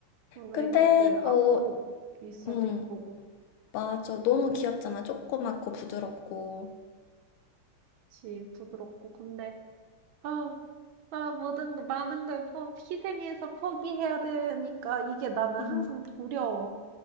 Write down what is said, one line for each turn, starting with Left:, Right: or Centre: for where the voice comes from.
Right: 그
Left: 근데
Right: 아기들 안고
Left: 어
Right: 있어도
Left: 응,
Right: 이쁘고.
Left: 맞아. 너무
Right: 음.
Left: 귀엽잖아. 조그맣고 부드럽고.
Right: 그치, 부드럽고. 근데, 아, 아, 모든, 거- 많은 걸 포, 희생해서 포기해야 되니까 이게 나는
Left: 응,
Right: 항상 두려워.